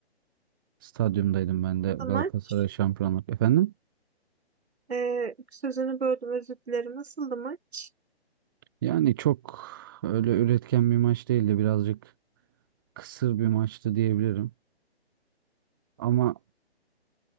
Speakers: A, on the right; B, on the right.
A: Stadyumdaydım ben
B: Nasıldı
A: de Galatasaray
B: maç?
A: şampiyonluk. Efendim?
B: E, sözünü böldüm özür dilerim. Nasıldı maç?
A: Yani çok öyle üretken bir maç değildi. Birazcık kısır bir maçtı diyebilirim. Ama